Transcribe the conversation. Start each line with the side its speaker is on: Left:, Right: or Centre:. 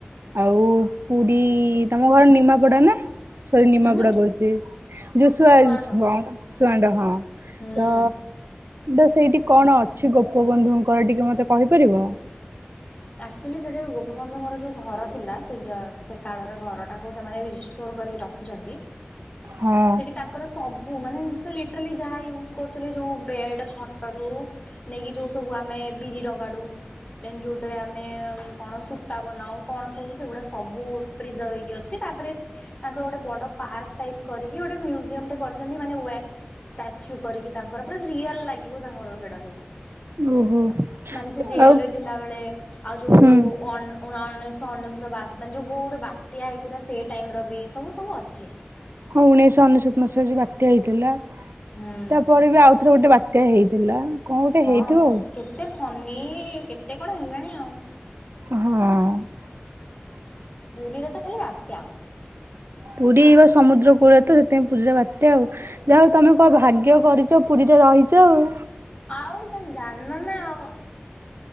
Right: ଆଉ ପୁରୀ ତମ ଘର ନିମାପଡା ନା? ସରି ନିମା
Left: ଉହୁଁ
Right: ପଡା କହୁଚି, ଯଉ <unintelligible>
Left: ସୁଆଣ୍ଡ
Right: କଣ ଶୁଆଣ୍ଡା ହଁ।
Left: ହୁଁ।
Right: ତ? ତ ସେଇଠି କଣ ଅଛି ଗୋପବନ୍ଧୁଙ୍କର ଟିକେ ମତେ କହିପାରିବ?
Left: ଆକ୍ ଚୁଲି ସେଠି ଗୋପବନ୍ଧୁଙ୍କର ଯଉ ଘର ଥିଲା, ସେ ସେ କାଳର ଘରଟାକୁ ସେମାନେ ରିଷ୍ଟୋର କରିକି ରଖିଚନ୍ତି।
Right: ହଁ
Left: ସେଠି ତାଙ୍କର ସବୁ ମାନେ ସେ ଲିଟ୍ରେଲି ଯାହା ୟୁଜ କରୁଥିଲେ ଯଉ ବେଡ ଖଟଠୁ ନେଇକି ଯଉ ସବୁ ଆମେ ବିରିଗାଡୁ ଦେନ୍ ଯୋଉ ରେ ଆମେ କଣ ସୂତା ବନାଉ କଣ ସବୁ ସେଗୁଡା ସବୁ ପ୍ରିଜର୍ଭ ହେଇକି ଅଛି। ତାପରେ ତାଙ୍କର ଗୋଟେ ବଡ ପାର୍କ ଟାଇପ କରିକି ଗୋଟେ ମ୍ୟୁଜିୟମ ଟେ କରିଛନ୍ତି। ମାନେ ୱାକ୍ସ ଷ୍ଟାଚୁ କରିକି ତାଙ୍କର ପୁରା ରିଆଲ ଲାଗିବ ତାଙ୍କର ସେଟା ସବୁ।
Right: ଓହୋ
Left: ମାନେ ସେ ଜେଲରେ
Right: ଆଉ
Left: ଥିଲାବେେଳେ ଆଉ ଯୋଉ
Right: ହୁଁ
Left: ୱା ଉଣେଶ ଅନେଶତ ମାନେ ଯୋଉ କୋଉ ଗୋଟେ ବାତ୍ୟା ହେଇଥିଲା ସେଇ ଟାଇମ ର ବି ସବୁ ସବୁ ଅଛି
Right: ହଁ ଉଣେଇଶହ ଅନେଶ୍ୱତ ମସିହା ଯେଉ ବାତ୍ୟା ହେଇଥିଲା
Left: ହୁଁ।
Right: ତାପରେ ବି ଆଉଥରେ ଗୋଟେ ବାତ ବାତ୍ୟା ହେଇଥିଲା କଣ ଗୋଟେ
Left: ହଁ
Right: ହେଇଥିବ
Left: ଆମ
Right: ଆଉ।
Left: କେତେ ଫନି କେତେ କଣ ହେଲାଣି ଆଉ
Right: ହଁ
Left: ପୁରୀରେ ତ ଖାଲି ବାତ୍ୟା
Right: ପୁରୀଇ ବା ସମୁଦ୍ର କୂଳରେ ତ ସେଥିପାଇଁ ପୁରୀରେ ବାତ୍ୟା ଆଉ ଯାହା ହଉ ତମେ କ ଭାଗ୍ୟ କରିଛ ପୁରୀରେ ରହିଛ ଆଉ
Left: ହଉଦନ୍ନ ଆମ